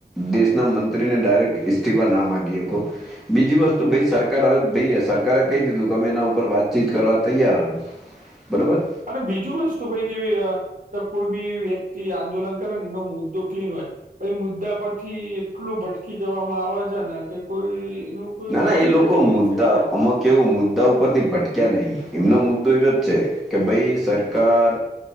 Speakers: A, in the centre; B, on the right.
A: દેશના મંત્રીને ડાયરેક્ટ ઇસ્તીફા ના માગીકો બીજી વસ્તુ ભાઈ સરકાર હવે ભાઈ સરકારે કહી દીધું કે અમે એના ઉપર વાતચીત કરવા તૈયાર હ બરાબર.
B: અને બીજું વસ્તુ ભાઈ કેવી કોઈ બી વ્યક્તિ આંદોલન કરે ને એનો મુદ્દો ક્લીન હોય. પઈ મુદ્દા પરથી એટલું ભટકી જવામાં આવે છે ને કે કોઈ એનું કોઈ
A: ના
B: નક્કી
A: ના એ
B: જ
A: લોકો
B: નથી કરી
A: મુદ્દા
B: શકતા એમ
A: અમ
B: લોકો
A: કેવું મુદ્દા ઉપરથી ભટકે ક્યા નહી એમનો મુદ્દો એ જ છે કે ભાઈ સરકાર